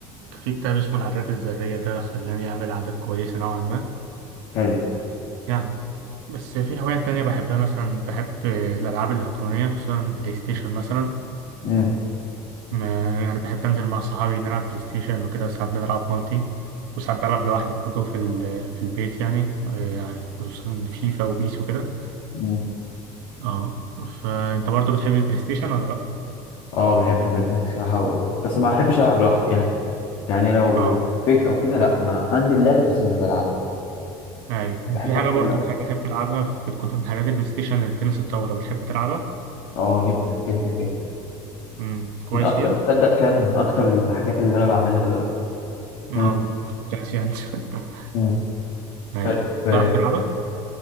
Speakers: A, on the right (about 90°); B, on the left (about 60°).
A: في كتاب اسمه العادات الذرية ده خلاني أعمل عادات كويسة نوعا ما
B: حلو
A: يعني بس في هوايات تانية بحبها مثلا بحب الألعاب الإلكترونية خصوصا بلاي ستيشن مثلا
B: مم.
A: ما يعني بحب أنزل مع صحابي نلعب بلاي ستيشن وكده ساعات بنلعب مالتي وساعات بلعب لوحدي برضه في ال- في البيت يعني آه، خصوصا فيفا وبيس وكده
B: حلو.
A: اه فأنت برضه بتحب البلاي ستيشن ولا لأ؟
B: اه بحبه جدا الصراحة و... بس ما بحبش ألعب لوحدي يعني يعني لو
A: اه
B: في البيت أو كده لأ ما عندي اللعبة بس مش بلعبها
A: أيوه
B: بحب
A: وفي حاجة
B: أكتر
A: برضه
B: لو
A: بحب بحب ألعبها في- بتكون في محلات البلاي ستيشن التنس الطاولة بتحب تلعبها؟
B: اه جدا جدا جدا
A: امم كويس
B: من أكتر
A: فيها؟
B: تصدق فعلا من أكتر الحاجات اللي أنا بعملها دلوقتي
A: اه
B: مم.
A: كويس يعني <laughs>
B: مم.
A: أيوه
B: طيب آه،
A: تعرف تلعبها؟